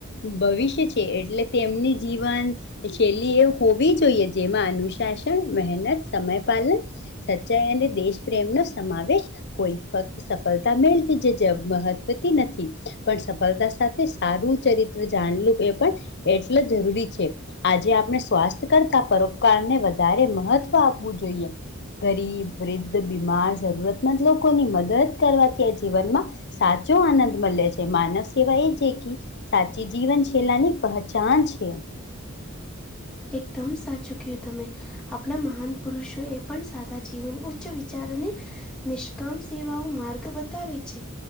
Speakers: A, on the left; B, in the centre.
A: ભવિષ્ય છે એટલે તેમની જીવન શૈલી એ હોવી જોઈએ જેમાં અનુશાસન મહેનત સમયપલન સચ્ચાઈ અને દેશ પ્રેમ નો સમાવેશ કોઈ ફક સફળતા મેળવી જે જબ મહત્વતી નથી પણ સફળતા સાથે સારું ચરિત્ર જાણલું એ પણ એટલે જરૂરી છે આજે આપણે સ્વાસ્થ્ય કરતા પરોપકારને વધારે મહત્વ તો આપવું જોઈએ. ગરીબ વૃદ્ધ બીમાર જરૂરતમંદ લોકોની મદદ કરવાથી આ જીવનમાં સાચો આનંદ મલે છે. માનવ સેવા એ છે કે ઈ સાચી જીવન શૈલાની પહચાન છે.
B: એકદમ સાચું ક્યું તમે. આપણા મહાન પુરુષો એ પણ સાદા જીવન ઉચ્ચ વિચાર અને નિષ્કામ સેવાઓ માર્ગ બતાવે છે.